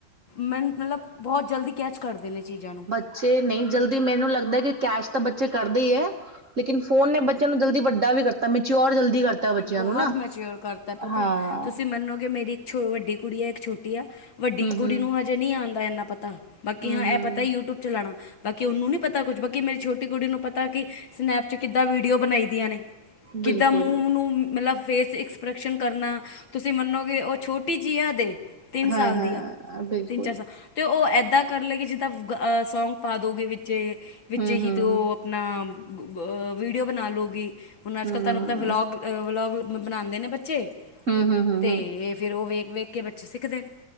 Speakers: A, on the left; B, on the right.
A: ਮੈਨ ਮਤਲਬ ਬਹੁਤ ਜਲਦੀ ਕੈਚ ਕਰਦੇ ਨੇ ਚੀਜ਼ਾਂ ਨੂੰ
B: ਬੱਚੇ ਨਹੀਂ ਜਲਦੀ ਮੈਨੂੰ ਲੱਗਦਾ ਕਿ ਕੈਸ਼ ਤਾਂ ਬੱਚੇ ਕਰਦੇ ਹੀ ਐ ਲੇਕਿਨ ਫੋਨ ਨੇ ਬੱਚਿਆਂ ਨੂੰ ਜਲਦੀ ਵੱਡਾ ਵੀ ਕਰਤਾ ਮਿਚਓਰ ਜਲਦੀ ਕਰਤਾ ਬੱਚਿਆਂ
A: ਬਹੁਤ
B: ਨੂੰ ਨਾ
A: ਮੈਚਿਓਰ ਕਰਤਾ ਪਤਾ
B: ਹਾਂ,
A: ਐ ਤੁਸੀਂ ਮੰਨੋਗੇ ਮੇਰੀ ਵੱਡੀ ਕੁੜੀ ਆ ਇੱਕ ਛੋਟੀ ਆ ਵੱਡੀ
B: ਹੂੰ-ਹੂੰ,
A: ਕੁੜੀ ਨੂੰ ਹਜੇ ਨਈ ਆਂਦਾ ਇੰਨਾ ਪਤਾ ਬਾਕੀ
B: ਹੂੰ-ਹੂੰ,
A: ਹਾਂ ਇਹ ਪਤਾ ਯੂਟਿਊਬ ਚਲਾਣਾ ਬਾਕੀ ਉਹਨੂੰ ਨਹੀਂ ਪਤਾ ਕੁਝ ਬਾਕੀ ਮੇਰੀ ਛੋਟੀ ਕੁੜੀ ਨੂੰ ਪਤਾ ਕਿ ਸਨੈਪ ਚ ਕਿੱਦਾਂ ਵੀਡੀਓ ਬਣਾਈ ਦੀਆਂ ਨੇ ਕਿੱਦਾਂ
B: ਬਿਲਕੁਲ।
A: ਮੂੰਹ ਨੂੰ ਮਤਲਬ ਫੇਸ ਐਸਕਪ੍ਰੈਸ਼ਨ ਕਰਨਾ ਤੁਸੀਂ ਮੰਨੋਗੇ ਉਹ ਛੋਟੀ ਜਿਹੀ ਆ ਦੇ, ਤਿੰਨ
B: ਹਾਂ-ਹਾਂ,
A: ਸਾਲ ਦੀ ਆ
B: ਬਿਲਕੁਲ
A: ਤਿੰਨ ਚਾਰ ਸਾਲ ਤੇ ਉਹ ਇੱਦਾਂ ਕਰ ਲਏਗੀ ਜਿੱਦਾਂ ਸੌਂਗ ਪਾ ਦਉਗੇ ਵਿੱਚ ਵਿੱਚ
B: ਹੂੰ-ਹੂੰ,
A: ਹੀ ਅਤੇ ਉਹ ਆਪਣਾ ਵੀਡੀਓ ਬਣਾ ਲਉਗੀ, ਹੁਣ ਅੱਜ
B: ਹੂੰ।
A: ਕੱਲ੍ਹ ਤੁਹਾਨੂੰ ਪਤਾ ਵਲੋਗ ਵਲੋਗ ਬਣਾਉਂਦੇ ਨੇ ਬੱਚੇ,
B: ਹੂੰ-ਹੂੰ, ਹੂੰ-ਹੂੰ।
A: ਤੇ ਫੇਰ ਉਹ ਵੇਖ ਵੇਖ ਕੇ ਬੱਚੇ ਸਿੱਖਦੇ ਨੇ